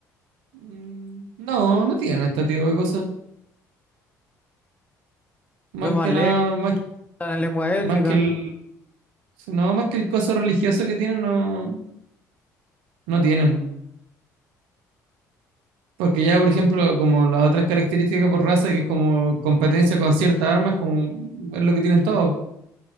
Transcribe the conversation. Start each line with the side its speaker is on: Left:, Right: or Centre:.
Right: Mm, No, no tienen este tipo de cosas. Más
Left: Ven más
Right: que
Left: lejos,
Right: nada, más,
Left: en lengua élfica,
Right: más que el... No, más que el coso religioso que tienen, no, no tienen. Porque ya, por ejemplo, como las otras características por raza, que es como competencia con ciertas armas, como es lo que tienen todos.